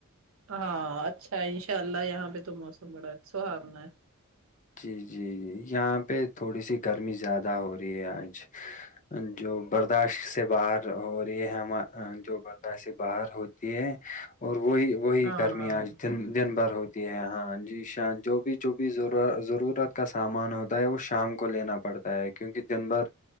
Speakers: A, on the right; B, on the left.
A: ہاں اچھا ہے انشاء اللہ یہاں پہ تو موسم بڑا سہارنا ہے
B: جی جی جی یہاں پہ تھوڑی سی گرمی زیادہ ہو رہی ہے آج جو برداشت سے باہر ہو رہی ہے ہم جو برداشت سے باہر ہو ہو ہے اور وہی وہی
A: ہاں
B: گرمیاںج دن بھر ہوتی ہے ہاں جی ش جو جو بھیور ضرورت کا سامان ہوتا ہے وہ شام کو لینا پڑتا ہے کیونکہ دن بھر